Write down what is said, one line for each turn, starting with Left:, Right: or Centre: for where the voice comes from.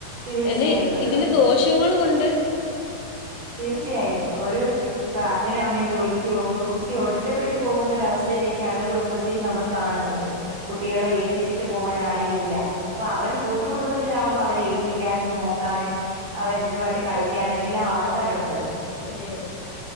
Right: തീർച്ചയായും
Left: എന്നെ ഇ
Right: ഒരു
Left: ഇതിന് ദോഷങ്ങളുമുണ്ട്
Right: തീർച്ചയായും ഒരു ഇപ്പൊ അച്ഛനും അമ്മയും ജോലിക്ക് പോകുമ്പോ കുട്ടി ഒറ്റപ്പെട്ടു പോകുന്ന ഒരു അവസ്ഥ തിലേക്ക് അണുകുടുംബത്തിൽ നമ്മൾ കാണുന്നുണ്ട് കുട്ടികളെ ഏപ്പിച്ചിട്ട് പോകാൻ ആരുമില്ല പ്പ ഒരു കൂട്ടു കുടുംബത്തിലകുമ്പോ അവരെ ഏൽപ്പിക്കാനും നോക്കാനും അവരുവായിട്ട് കളിക്കാനും എല്ലാ ആൾ ക്കാരുണ്ട്
Left: അതെ അതെ